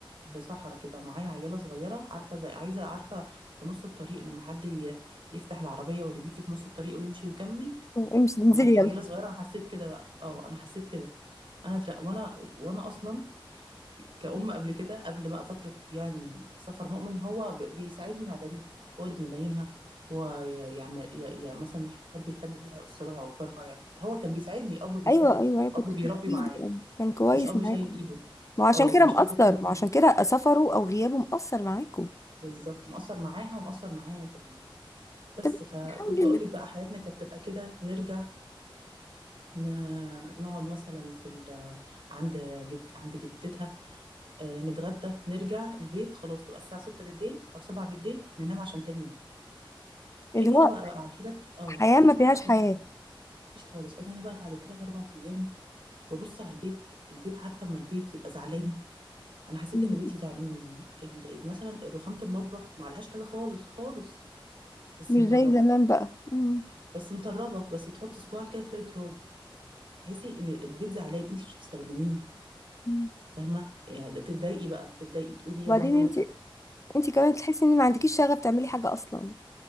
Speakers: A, on the right; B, on the left.
A: في صحراء كده ومعايا عياله صغيره عارفه زي عايزه عارفه في نص الطريق لما حد ي- يفتح العربيه ويربيكي في نص الطريق ويمشي ويكمل
B: امشي انزلي
A: ومعاكي عياله
B: يلا
A: صغيره انا حسيت كده بقى اه انا حسيت كده انا تر... وانا وانا اصلا كأم قبل كده قبل بقى فترة يعني سفر مؤمن هو ب- بيساعدني مع دليدا هو اللي بينيمها هو ي- يعمل ي- ي- مثلا يحب يهتم بيها يقص لها أوفرها يعني هو كان بيساعدني أب بيساعد
B: ايوه ايوه
A: يعني
B: أيوة، كنت
A: أب بيربي
B: في حديد
A: معايا
B: كان كويس
A: مش أب
B: معاكم
A: شايل إيده
B: ما هو عشان
A: اه
B: كده
A: مش
B: مأثر
A: أب شايل
B: ما
A: إيده
B: هو عشان كده سفره أو غيابه مأثر معاكوا
A: بالظبط مقصر معاها ومقصر معايا أنا كمان بس
B: طب
A: فكنت
B: حاولي
A: بقول لك بقى حياتنا كانت تبقى كده نرجع ن- نقعد مثلا في ال... عند جد... عند جدتها آه، نتغدى نرجع البيت خلاص تبقى الساعة 6 بالليل أو 7 بالليل ننام عشان تاني يوم
B: اللي
A: أجي
B: هو
A: أنا بقى بعد تلات اه
B: حياة ما
A: أجي
B: فيهاش
A: بقى
B: حياة
A: أنا مفيش خالص أجي أنا بقى بعد تلات أربع أيام ببص على البيت البيت عارفة أما البيت يبقى زعلان أنا حسيت
B: مم.
A: إن بيتي زعلان مني ال... ال- مثلا رخامة المطبخ ما عليهاش حاجة خالص خالص بس
B: مش
A: مطربة
B: زي زمان بقى مم.
A: بس مطربة بس تحطي صباعك كده تلاقي تراب تحسي إن البيت زعلان أنت مش بتستخدميه
B: مم.
A: فاهمه يعني تتضايقي بقى تتضايقي تقولي يعني
B: وبعدين انت انت كمان بتحسي ان ما عندكيش شغف تعملي حاجة أصلا